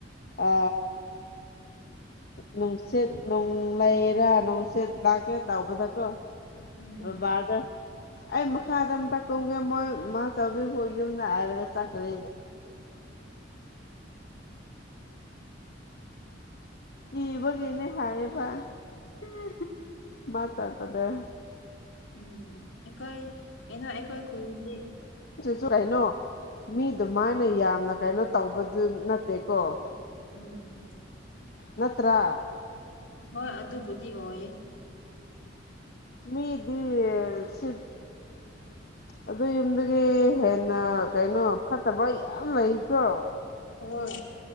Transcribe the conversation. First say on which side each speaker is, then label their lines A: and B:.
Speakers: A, on the left; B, on the left.
A: ꯑ ꯅꯨꯡꯁꯤ ꯅꯅꯨꯡ ꯂꯩꯥ ꯅꯪꯁꯤꯠ ꯂꯛꯀꯦ ꯇꯧꯕꯗꯀꯣ
B: ꯎꯝ
A: ꯕꯥꯕꯗꯥ ꯑꯩ ꯃꯈꯥꯗ ꯑꯝꯇ ꯀꯨꯝꯒꯦ ꯃꯣꯏ ꯃꯥ ꯆꯥꯎꯕꯤ ꯌꯨꯝꯗ ꯍꯥꯏꯔꯒ ꯆꯠꯈ꯭ꯔꯦ ꯀꯤꯕꯒꯦꯅꯦ ꯍꯥꯏꯕ
B: ꯎꯝ
A: ꯃꯇꯥꯛꯀꯗ
B: ꯎꯝ ꯑꯩꯈꯣꯏ ꯀꯩꯅꯣ ꯑꯩꯈꯣꯏ ꯈꯨꯟꯗꯤ
A: ꯁꯨ ꯀꯩꯅꯣ ꯃꯤꯗꯨꯃꯥꯏꯅ ꯌꯥꯝꯅ ꯀꯩꯅꯣ ꯇꯧꯕꯗꯨ ꯅꯠꯇꯦꯀꯣ
B: ꯎꯝ
A: ꯅꯠꯇ꯭ꯔꯥ
B: ꯍꯣꯏ ꯑꯗꯨꯕꯨꯗꯤ ꯑꯣꯏꯌꯦ
A: ꯃꯤꯗꯤ ꯁꯤ ꯑꯗꯨ ꯌꯨꯝꯗꯒꯤ ꯍꯦꯟꯅ ꯀꯩꯅꯣ ꯐꯠꯇꯕ ꯌꯥꯝ ꯂꯩꯁꯨ
B: ꯍꯣꯏ